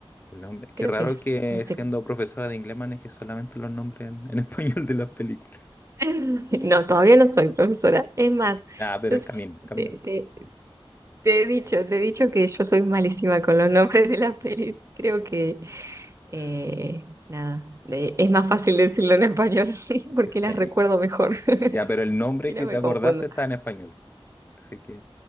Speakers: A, on the left; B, on the right.
A: El hombre- Qué
B: Creo
A: raro
B: que es,
A: que
B: no sé.
A: siendo profesora de inglés maneje solamente los nombres en, en <laughs> español de las películas.
B: <laughs> No, todavía no soy profesora. Es más,
A: Ah, pero
B: yo
A: en
B: s-
A: camino, camino.
B: te, te- te he dicho, te he dicho que yo soy malísima con los nombres de las pelis. Creo que, eh,
A: S-
B: nada, eh, es más fácil decirlo en español <laughs> porque
A: s-
B: las
A: sí.
B: recuerdo mejor. <laughs>
A: Ya, pero el nombre
B: Si no
A: que te
B: me
A: acordaste
B: confundo.
A: está en español. Así que